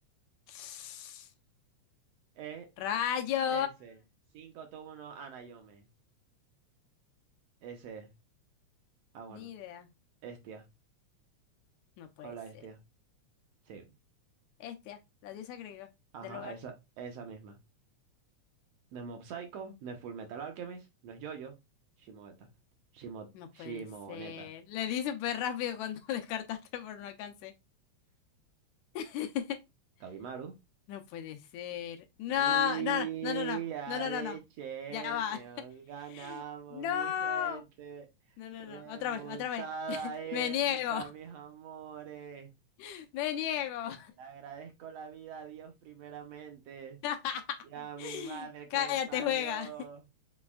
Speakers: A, on the left; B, on the right.
A: <sniffs>
B: Es
A: ¡Rayo!
B: ese. Cinco túmulos Anayome. Ese. Ah, bueno.
A: Ni idea.
B: Estia.
A: No puede
B: Hola,
A: ser.
B: Estia. Sí.
A: Este, la diosa griega
B: Ajá,
A: del hogar.
B: esa, esa misma. No es Mob Psycho, no es Full Metal Alchemist, no es Jojo, Shimoeta. Shimo,
A: No puede
B: Shimoneta.
A: ser. Le di súper rápido cuando <laughs> descartaste, pero no alcancé. <laughs>
B: Kabimaru.
A: No puede ser. No,
B: We
A: no, no, no, no,
B: are
A: no, no, no,
B: the
A: no. no.
B: champions.
A: Ya va. <laughs>
B: Ganamos,
A: No.
B: mi gente.
A: No, no,
B: Remontada
A: no. Otra vez, otra vez.
B: épica,
A: Me niego.
B: mis amores.
A: <laughs> Me niego.
B: Le agradezco la vida a Dios primeramente
A: <laughs>
B: y a mi madre
A: Cállate,
B: que me parió.
A: juega.